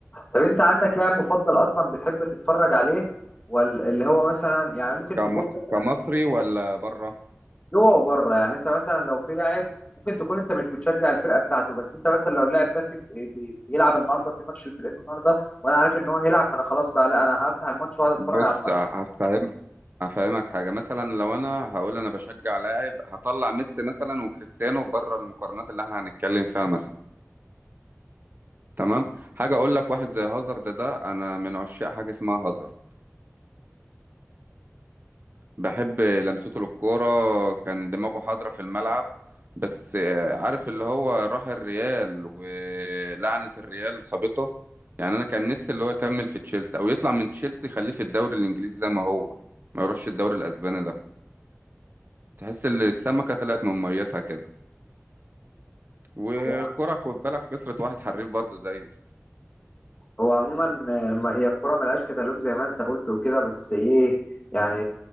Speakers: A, on the left; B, on the right.
A: طب انت عندك لاعب مفضل اصلا بتحب تتفرج عليه واللي هو مثلا يعني ممكن
B: كم-
A: تكون مثلا
B: كمصري ولا بره
A: جوه وبره يعني انت مثلا لو في لاعب ممكن تكون انت مش بتشجع الفرقه بتاعته بس انت مثلا لو اللاعب ده في في- بي- بيلعب النهارده في ماتش لفرقته النهارده وانا عارف ان هو هيلعب فانا خلاص بقى لا انا هفتح الماتش واقعد اتفرج
B: بص
A: على الماتش
B: هفهمك افهمك حاجه مثلا لو انا هقول انا بشجع لاعب هطلع ميسي مثلا وكريستيانو بره المقارنات اللي احنا هنتكلم فيها مثلا تمام حاجه اقول لك واحد زي هازارد ده انا من عشاق حاجه اسمها هازارد بحب لمسته للكوره كان دماغه حاضره في الملعب بس آه، عارف اللي هو راح الريال ولعنه الريال صابته يعني انا كان نفسي اللي هو يكمل في تشيلسي او يطلع من تشيلسي يخليه في الدوري الانجليزي زي ما هو ما يروحش الدوري الاسباني ده تحس ان السمكه طلعت من ميتها كده والكرة
A: تمام
B: خد بالك خسرت واحد حريف برضه زيه
A: هو عموما لما هي الكرة ملهاش كتالوج زي ما انت قلت وكده بس ايه يعني